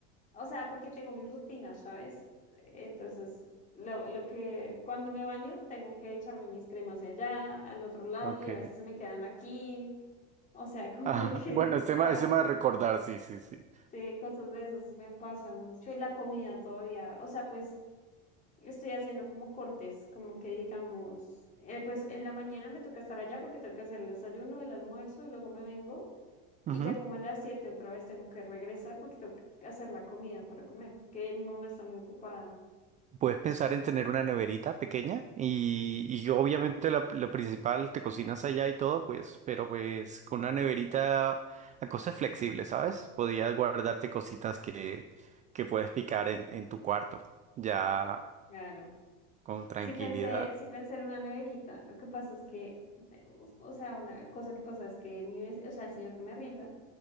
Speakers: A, on the left; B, on the right.
A: O sea, porque tengo mi rutina, ¿sabes? Entonces, lo, lo que cuando me baño tengo que echarme mis cremas de allá, al otro lado,
B: Ok.
A: y a veces se me quedan aquí. O sea, <laughs> como
B: Ah,
A: que,
B: bueno, es tema,
A: ¿sabes?
B: es tema de recordar, sí, sí, sí.
A: Sí, cosas de esas me pasan mucho. Y la comida todavía, o sea, pues estoy haciendo como cortes, como que digamos, eh, pues en la mañana me toca estar allá porque tengo que hacer el desayuno, el almuerzo y luego me vengo.
B: Ujú.
A: Y ya como a las 7 otra vez tengo que regresar porque tengo que hacer la comida para comer, porque mi mamá está muy ocupada
B: Puedes pensar en tener una neverita pequeña y, y obviamente la- lo principal, te cocinas allá y todo, pues, pero pues con una neverita la cosa es flexible, ¿sabes? Podías guardarte cositas que, que puedes picar en, en tu cuarto, ya
A: Claro.
B: con tranquilidad.
A: Sí pensé, sí pensé en una neverita. Lo que pasa es que, o o sea, una cosa que pasa es que mi, vec- o sea, el señor que me arrienda